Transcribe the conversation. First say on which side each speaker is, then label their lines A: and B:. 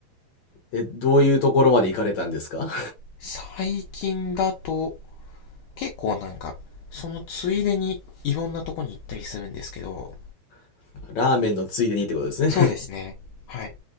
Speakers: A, on the left (about 70°); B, on the left (about 90°).
A: え、どういうところまで行かれたんですか
B: 最近だと、結構なんか、そのついでにいろんなとこに行ったりするんですけど、
A: <laughs> ラーメンのついでにってことですね。
B: そうですね。はい。